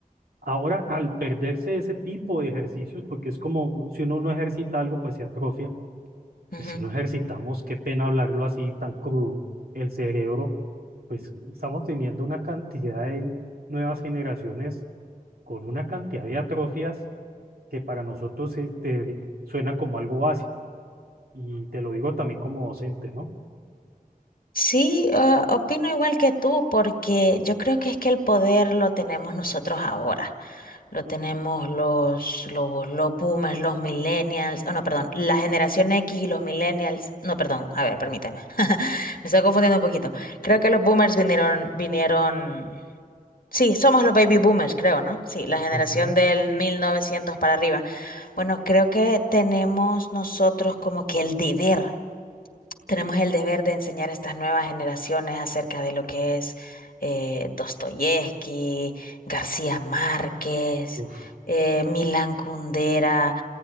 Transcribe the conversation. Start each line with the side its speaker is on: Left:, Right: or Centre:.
Right: Ahora, al perderse ese tipo de ejercicios, porque es como si uno no ejercita algo, pues se atrofia.
Left: ujú.
Right: Pues si no ejercitamos, qué pena hablarlo así tan crudo. El cerebro, pues estamos teniendo una cantidad de nuevas generaciones con una cantidad de atrofias que para nosotros se- te- suena como algo básico. Y te lo digo también como docente, ¿no?
Left: Sí, ah, opino igual que tú, porque yo creo que es que el poder lo tenemos nosotros ahora. Lo tenemos los, los, los boomers, los millennials, oh no, perdón, la generación X y los millennials. No, perdón, a ver, permíteme. <laughs> Me estoy confundiendo un poquito. Creo que los boomers vinieron, vinieron. Sí, somos los baby boomers, creo, ¿no? Sí, la generación
Right: Ujú.
Left: del 1900 para arriba. Bueno, creo que tenemos nosotros como que el deber. Tenemos el deber de enseñar a estas nuevas generaciones acerca de lo que es eh, Dostoyevsky, García Márquez,
Right: Uf,
Left: eh, Milán Kundera,